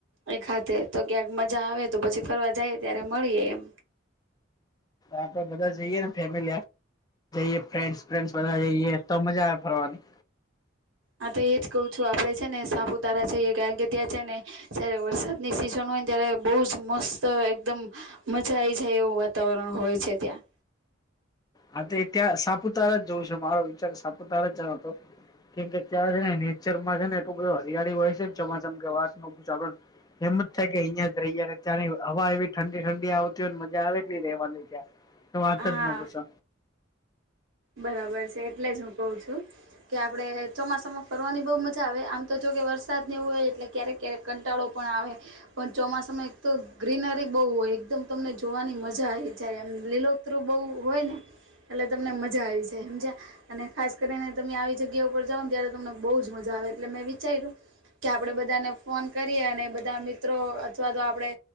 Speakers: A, on the right (about 85°); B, on the left (about 20°).
A: એક હાથે તો ક્યાંક મજા આવે તો પછી ફરવા જાય ત્યારે મળીએ એમ.
B: આપડે બધા જઈએ ને ફેમિલી હા જઈએ ફ્રેન્ડ્સ ફ્રેન્ડ બધા જઈએ તો મજા આવે ફરવાની.
A: હા તો એ જ કઉ છું આપડે છે ને સાપુતારા જઈએ કારણ કે ત્યાં છે ને જયારે વરસાદની સિઝન હોય ને ત્યારે બવ જ મસ્ત એકદમ મજા આઈ જાય એવું વાતાવરણ હોય છે ત્યાં.
B: હા તો ત્યાં સાપુતારા જ જોવું છે. મારો વિચાર સાપુતારા જો હતો. કેમ કે ત્યાં છે ને નેચરમાં છે ને એલું બધું હરિયાળી હોય છે ને ચોમાસામાં કે વાત ન પૂછ આપડે એમ જ થાય કે અહિયાં જ રહીય ત્યાં હવા એવી ઠંડી ઠંડી આવતી હોયને મજા આવે એટલી રહેવાની ત્યાં. તો વાત
A: હા
B: જ નો પૂછો.
A: બરાબર છે એટલે જ હું કઉ છું કે આપડે ચોમાસામાં ફરવાની બઉ મજા આવે આમ તો જો કે વરસાદ ને એવું હોય એટલે ક્યારેક ક્યારેક કંટાળો પણ આવે પણ ચોમાસામાં એક તો ગ્રીનરી બહુ હોય એકદમ તમને જોવાની મજા આવી જાય એમ. લીલો ઉતરું બહુ હોય ને એટલે તમને મજ મજા આવી જાય અને ખાસ કરીને તમે આવી જગ્યા પર જાવને ત્યારે તમને બહુ જ મજા આવે એટલે મે વિચારી તયરું. કે આપડે બધાને ફોન કરીએ અને બધા મિત્રો અથવા તો આપડે